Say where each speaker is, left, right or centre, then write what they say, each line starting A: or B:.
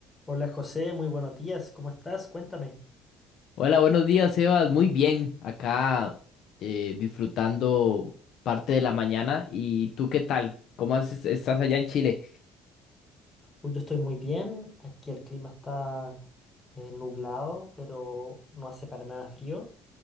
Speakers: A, on the left; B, on the left.
A: Hola José, muy buenos días, ¿cómo estás? Cuéntame.
B: Hola, buenos días, Sebas. Muy bien, acá eh, disfrutando parte de la mañana. ¿Y tú qué tal? ¿Cómo has- estás allá en Chile?
A: Uy, yo estoy muy bien, aquí el clima está eh, nublado, pero no hace para nada frío.